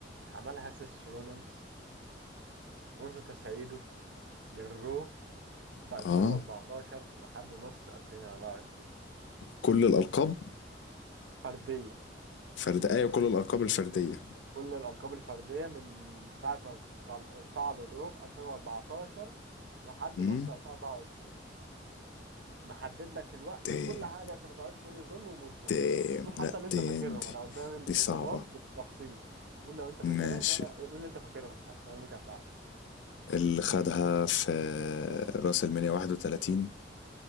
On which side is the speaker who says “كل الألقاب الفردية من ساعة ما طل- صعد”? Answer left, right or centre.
Right